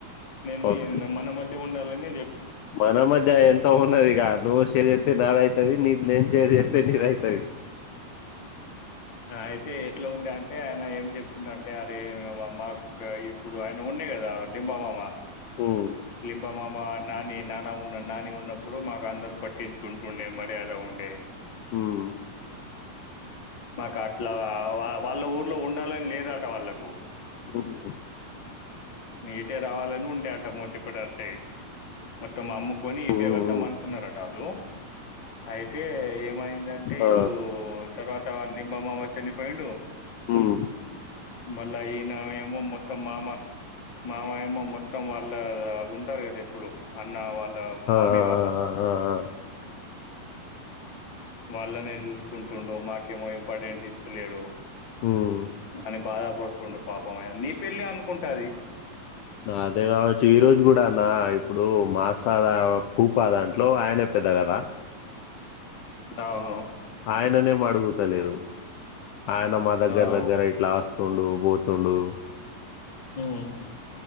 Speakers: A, on the left (about 45°); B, on the left (about 85°).
A: నేన్ మీ
B: ఓకే
A: మన మధ్య ఉండాల నీ
B: మన మధ్య ఎంతో ఉన్నదిగా. నువ్ సేర్ చేస్తే నాద్ అయితది నీద్ నేను షేర్ చేస్తే నీదైతది.
A: అయితే ఎట్లా ఉంది అంటే. ఆయన ఏం చెప్తుండ అంటే అది. మా మాకు ఇప్పుడు ఆయన ఉన్నాయి కదా డింబామామ
B: ఉమ్
A: లింబమామ, నాని నాన్న ఉన్నడ్ నాని ఉన్నప్పుడు. మాకు అందరు పట్టించుకుంటుండే మర్యాద ఉండే.
B: హహ్మ్
A: మాకా అట్లా వా వాళ్ళ ఊర్లో ఉండాలన్ లేదాట. వాళ్ళకు
B: ఉమ్
A: ఇటే రావాలని ఉండే అట. మోతిపటార్ సైడ్ మొత్తం అమ్ము కొని ఇటే
B: ఉమ్
A: వద్దాం
B: ఉమ్
A: అనుకున్నారట వాళ్ళు. అయి తే ఏమైందంటే వీళ్ళు
B: ఆ
A: తర్వాత లింబమామ చనిపోయిండు.
B: ఉమ్
A: మళ్ళా ఈ ఇంగావేమో మొత్తం మామా మామయమ్మో మొత్తం వాళ్ళ ఉంటారు. కదా ఎప్పుడు అన్న వాల్ ల
B: ఆ
A: మామీ
B: ఆ
A: వాళ్ళ
B: ఆ ఆ ఆ
A: వాళ్ళనే చూసుకుంటువుండు. మాకేమో ఇంపార్టెన్ట్ ఇస్తలేడు.
B: ఉమ్
A: అని బాధపడుతుండు పాపం. ఓ అయ్యా నీ పెళ్ళి అనుకుంటాది.
B: నా అదే కావచ్చు ఈ రోజు కూడా అన్న ఇప్పుడు మాసద భూపద అంట ఇంట్లో ఆయనే పెద్ద కదా
A: అవును
B: ఆయననే మడుగుతలేరు ఆయన మా దగ్గర
A: అవు
B: దగ్గర ఇట్లా ఆస్తుండు పో తుండు
A: ఉమ్